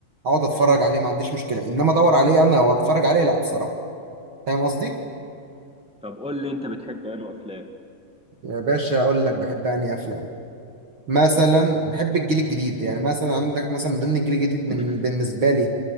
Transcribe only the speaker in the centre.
طب قول لي انت بتحب انه افلام
<laughs>